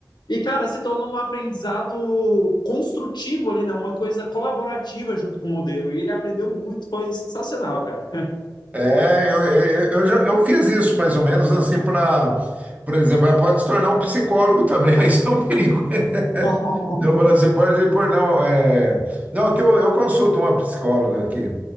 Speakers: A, on the left; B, on the right.
A: E, cara, se tornou um aprendizado construtivo ali, né? Uma coisa colaborativa junto com o modelo. E ele aprendeu muito, foi sensacional, cara.
B: É, eu, eu, eu já, eu fiz isso mais ou menos assim para, por exemplo, ela pode se tornar um psicólogo também, <laughs> aí isso é um perigo.
A: <laughs>
B: Então, eu assim, pode pôr, não, é, não, que eu, eu consulto uma psicóloga aqui.